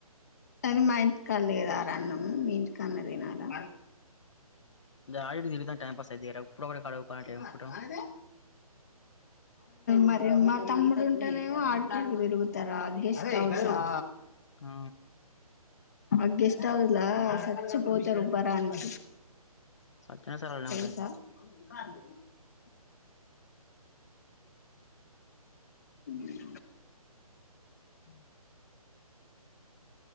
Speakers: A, on the left; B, on the left.
A: కానీ మా ఇంటికా లేదా రా ఆన్నం మీ ఇంటికాన్న తినాలా
B: ఆడికి తిరుగుతాం టైం పాస్ అయిద్ది ఎప్పుడు ఒకటి కాడ కూకోవాలంటే ఏం
A: అ
B: కూకుంటాం
A: అదే మరి మా తమ్ముడు ఉంటేనేమో ఆడికడికి తిరుగుతారా గెస్ట్ హౌస్ ఆ
B: ఆ
A: అ గెస్ట్ హౌస్ లాగా సచ్చ పోతు రుపరా అండ్
B: సచ్చినా సరే వాళ్ళనే
A: తెలుసా
B: ఉంటాం ఇగ
A: వాళ్ళు ఆమ్ ఉమ్